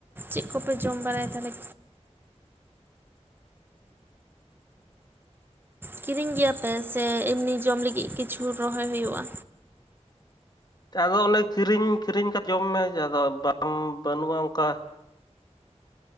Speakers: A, on the right; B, on the left.
A: ᱪᱮᱫ ᱠᱚᱯᱮ ᱡᱚᱢ ᱵᱟᱲᱟᱭᱟ ᱛᱟᱦᱚᱞᱮ᱾ ᱠᱤᱨᱤᱧ ᱜᱮᱭᱟᱯᱮ ᱥᱮ ᱮᱢᱱᱤ ᱡᱚᱢ ᱞᱟᱹᱜᱤᱫ ᱠᱤᱪᱷᱩ ᱨᱚᱦᱚᱭ ᱦᱩᱭᱩᱜᱼᱟ᱾
B: ᱟᱫᱚ ᱚᱱᱮ ᱠᱤᱨᱤᱧ ᱠᱤᱨᱤᱧ ᱠᱟᱛᱮᱮᱫ ᱡᱚᱢ ᱢᱮᱮ ᱟᱫᱚ ᱵᱟ ᱵᱟᱹᱱᱩᱜᱼᱟ ᱚᱱᱠᱟ᱾